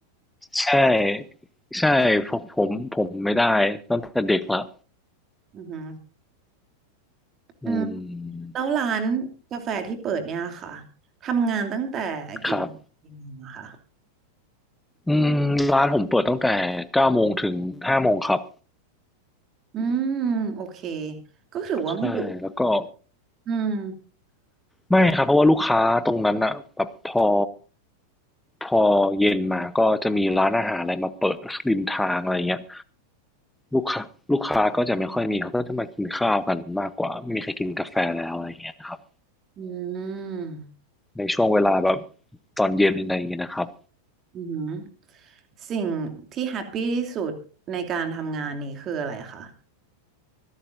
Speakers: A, in the centre; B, on the right.
A: ใช่ใช่ผมผมผมไม่ได้ตั้งแต่เด็กละ
B: อือฮึ
A: อืม
B: อืมแล้วร้านกาแฟที่เปิดเนี่ยค่ะทำงานตั้งแต่กี่โมงถึงกี่โมงอะคะ
A: ครับอืมร้านผมเปิดตั้งแต่เก้าโมงถึงห้าโมงครับ
B: อืมโอเคก็ถือว่าไม่ดึก
A: ใช่แล้วก็
B: อืม
A: ไม่ครับเพราะว่าลูกค้าตรงนั้นอะแบบพอพอเย็นมาก็จะมีร้านอาหารอะไรมาเปิดริมทางอะไรเงี้ยลูกค้าลูกค้าก็จะไม่ค่อยมีเขาก็จะมากินข้าวกันมากกว่าไม่มีใครกินกาแฟแล้วอะไรเงี้ยครับ
B: อืม
A: ในช่วงเวลาแบบตอนเย็นอะไรอย่างเงี้ยนะครับ
B: อืมสิ่งที่แฮปปี้ที่สุดในการทำงานนี้คืออะไรคะ